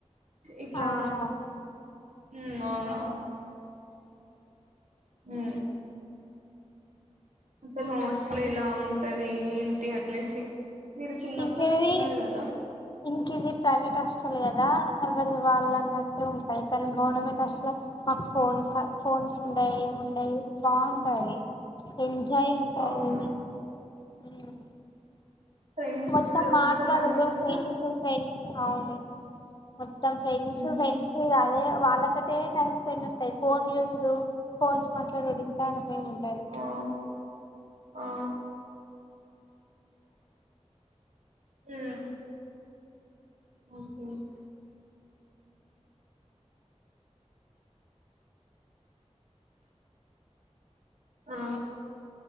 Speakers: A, on the right; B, on the left.
A: ఇట్లా
B: అవునా
A: ఉ అవును హు అసలు హాస్టల్ ఎలా ఉంటది ఏంటి అనేసి మీరు చిన్నప్పటి
B: ఇంకేది
A: నుంచి ఉన్నారు కదా
B: ఇంకేది ప్రైవేట్ హాస్టల్ కదా ఎవరి వాళ్ళు అన్నట్టే ఉంటాయి కానీ గవర్నమెంట్ హాస్టల్ మాకు ఫోన్స్ ఫోన్స్ ఉండయి ఏమి ఉండయి బాగు టాయి ఎంజాయ్ ఉంటాయి
A: అవును
B: ఉ
A: ఫ్రెండ్స్
B: మొత్తం
A: ఉంటారా
B: మాట్లాడుడు
A: అండి మంచిగా
B: ఫ్రెండ్స్ ఫ్రెండ్స్ అవును మొత్తం ఫ్రెండ్స్
A: ఉహు
B: ఫ్రెండ్స్ వాళ్ళు అదే వాళ్ళతోటే కా అన్ని ఉంటాయి ఫోన్ చుసుడు ఫోన్స్ మాట్లాడు ఇంత ఏం ఉండదు
A: ఆ ఆ ఉహు ఓకే ఆ